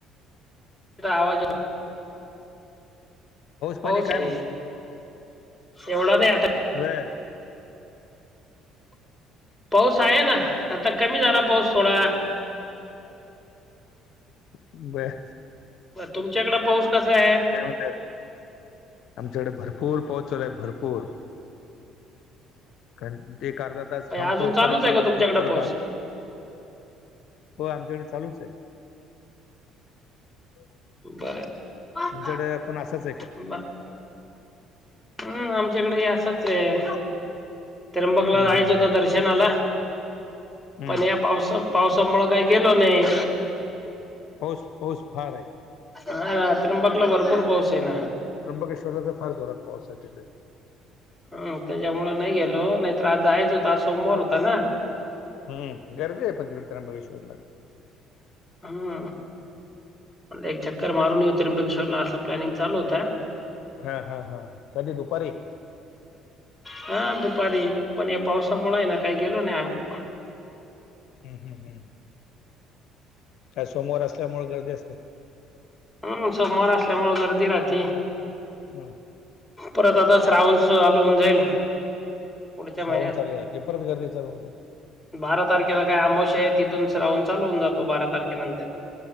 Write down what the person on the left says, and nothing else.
<inaudible>
पाणी काय
म्हण
बर.
बर.
का म्हणतायत, आमच्याकडे भरपूर पाऊस चालू हाय भरपूर. कारण ते एक अर्धा तास थांबतो,
परत
चालू
होतो. परत
आर हो आमच्याकडे चालूच आहे. <inaudible>
तुमच्याकडे पण असाच आहे का
हम्म
हम्म
हम्म
हम्म
पाऊस पाऊस फार आहे.
त्र्यंबकेश्वरला तर फार जोरात पाऊस आहे तिकडे.
हम् गर्दी आहे पण तिथं त्र्यंबकेश्वरला.
तिकडे
हा हा हा कधी दुपारी
हम् हंम आज सोमवार असल्यामुळे गर्दी असते.
हा.
श्रावण
चालू झाला की परत गर्दी चालू होऊन जाईल.